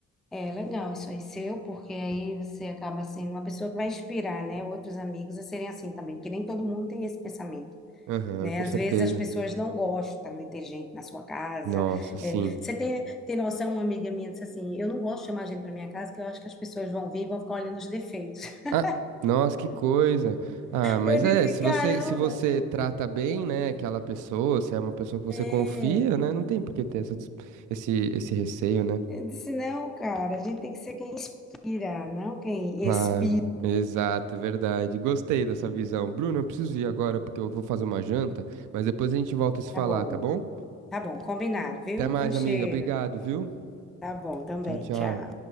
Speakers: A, in the centre; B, on the right.
A: É legal isso aí seu, porque aí você acaba sendo uma pessoa que vai inspirar, né, outros amigos a serem assim também, porque nem todo mundo tem esse pensamento,
B: Aham,
A: né?
B: com
A: Às
B: certeza.
A: vezes as pessoas não gostam de ter gente na sua casa.
B: Nossa, sim.
A: É, você tem, tem noção, uma amiga minha disse assim, eu não gosto de chamar gente para minha casa, que eu acho que as pessoas vão vir e vão ficar olhando os defeitos. <laughs>
B: Ah, nossa, que coisa. Ah, mas
A: Eu disse,
B: é, se
A: caramba,
B: você se você trata bem, né, aquela pessoa, se é uma pessoa que você
A: é.
B: confia, né, não tem por que ter essa, dis- esse esse receio, né?
A: Eu disse, não, cara, a gente tem que ser quem inspira, não quem
B: Claro,
A: expira.
B: exato, é verdade. Gostei dessa visão. Bruno, eu preciso ir agora porque eu vou fazer uma janta, mas depois a gente volta a se
A: Tá
B: falar,
A: bom,
B: tá bom?
A: tá bom, combinado, viu?
B: Até mais,
A: Um cheiro.
B: amiga. Obrigado, viu?
A: Tá bom, também.
B: Tchau, tchau.
A: Tchau.